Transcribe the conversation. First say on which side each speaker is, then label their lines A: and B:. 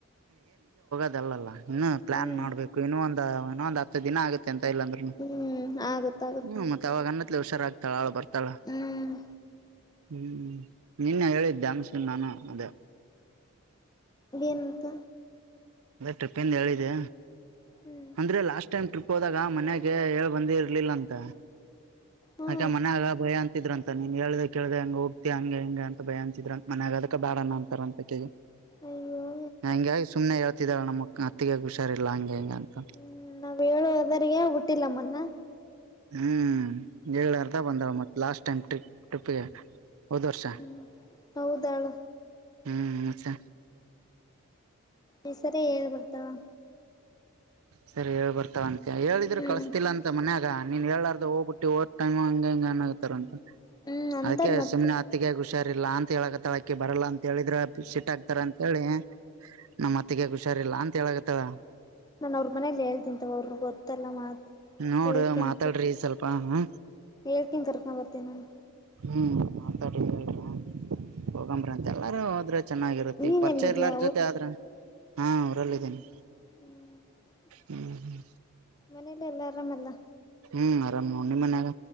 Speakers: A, on the right (about 80°); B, on the left (about 15°).
A: ಲ್ಲಲ್ಲ ಇನ್ನು ಪ್ಲಾನ್
B: ಹ್ಮ್
A: ಮಾಡ್ಬೇಕು ಇನ್ನು ಒಂದ ಇನ್ನೊ ಒಂದ ಹತ್ತು ದಿನ ಆಗುತ್ತೆ ಎಂತ ಇಲ್ಲಾಂದ್ರರು
B: ಹ್ಮ್ ಆಗತ್ತಾಗತ್
A: ಹ್ಮ ಮತ್ತ ಅವಾಗ ಅನ್ನತ್ ಹುಷಾರಾಗ್ತಾಳ ಬರ್ತ ಳ
B: ಹ್ಮ್
A: ಹ್ಮ ನಿನ್ನೆ ಹೇಳಿದ್ದಾ ಸಿಂದ ನಾನು ಅದೇ
B: ಎಂತ
A: ಟ್ರಿಪ್ಂದ ಹೇಳಿದೆ
B: ಹ್ಮ್
A: ಅಂದ್ರೆ ಲಾಸ್ಟ್ ಟೈಮ್ ಟ್ರಿಪ್ ಹೋದಾಗ ಮನ್ಯಾಗ ಹೇಳ್ ಬಂದ ಇರ್ಲಿಲ್ಲ ಅಂತ
B: ಹಾ
A: ಆಕೆ ಮನ್ಯಾಗ ಭಯ ಅಂತಿದ್ರಂತ. ನೀನ್ ಹೇಳ್ದ ಕೇಳ್ದ ಹೆಂಗೆ ಹೋಗ್ತಿ ಹಂಗ ಹಿಂಗ ಅಂತ ಭಯ ಅನ್ಸಿದ್ರ ಮನ್ಯಾಗ ಅದಕ್ಕ ಬ್ಯಾಡಣ ಅಂತಾರ ಅಂತ ಕಿ
B: ಅಯ್ಯೋ
A: ಹಂಗಾಗಿ ಸುಮ್ನೆ ಯ ನಮ ಅತ್ತಿಗಗ ಹುಷಾರಿಲ್ಲ ಹಂಗೆ ಹಿಂಗ ಅಂತ
B: ಹ್ಮ ನಾವ್ ಹೇಳು ಓದ್ರಗ ಬಿಟ್ಟಿಲ್ಲಮ್ಮನ್ನ
A: ಹ್ಮ್ ಹೇಳಲಾರ್ದ ಬಂದಾಳ ಮತ್ತ ಲಾಸ್ಟ್ ಟೈಮ್ ಟ್ರಿಪ್ ಟ್ರಿಪ್ಗೆ ಹೋದ್ ವರ್ಷ
B: ಹ್ಮ್ ಹೌದಳ.
A: ಹ್ಮ್ ಮತ್ತ
B: ಈ ಸರಿ ಏಳ್ ಬರ್ತಾಳ.
A: ಸರಿ ಹೇಳ್ ಬರ್ತಾಲಂಕ ಹೇಳಿದ್ರ
B: ಹ್ಮ್
A: ಕಳಸ್ತಿಲ್ಲ ಅಂತ ಮನ್ಯಾಗ ನೀನ್ ಹೇಳಲಾರ್ದ ಹೋಗ್ಬಿಟ್ಟ ಹೋದ ತಮ್ ಹಂಗ ಹಿಂಗ ಅನ್ನತರ ಅಂತ
B: ಹ್ಮ್ ಅಂತಾರ
A: ಅದಕ್ಕೆ
B: ಮತ್ತೆ
A: ಸುಮ್ನೆ ಅತ್ತಿಗೆಗ ಹು ಷಾರಿಲ್ಲಾ ಅಂತ ಹೇಳಕತಳಕಿ ಬರಲ್ಲ ಅಂತ ಹೇಳಿದ್ರ ಸಿಟ್ ಆಕ್ತಾರ ಅಂತ ಹೇಳಿ. ನಮ್ಮ ಅತ್ತಿಗೆಗ ಹುಷಾರಿಲ್ಲಾ ಅಂತ ಹೇಳಕತ್ತಳ.
B: ನಾ ಅವ್ರ ಮನೇಲಿ ಹೇಳ್ತನ ತುಗೋ ಅವ್ರ ಗೊತ್ತಲ್ಲ ಮಾತ್
A: ನೋಡು
B: ಹಳ್ಕೆನ್
A: ಮಾತಾಡ್ರಿ ಸ್ವಲ್ಪ ಹ
B: ಏಳ್ಕೆನ್ ಕರ್ಕ ಬರ್ತೀನಿ. ನಾನು
A: ಎಹ್ಮ್ <unintelligible> ಹೋಗನರು ಎಲ್ಲಾರು ಅದ್ರ ಚೆನ್ನಾಗಿರತ್ತ
B: ನೀನ್
A: ಈ ಪರಿಚಯ
B: ಎಲ್ಲಿದ್ದೀಯ
A: ಇಲ್ಲಾರ ಜೊತೆ ಆದ್ರ ಹಾ ಉರಲ್ಲ ಇದೀನಿ.
B: ಹ್ಮ.
A: ಹ್ಮ್ ಹ್ಮ.
B: ಮನೇಲ್ಲ ಎಲ್ಲಾ ಆರಾಮಲ್ಲ.
A: ಹ್ಮ ಆರಾಮ ನೋಡ್ ನಿಮ್ಮ ಮನ್ಯಾಗ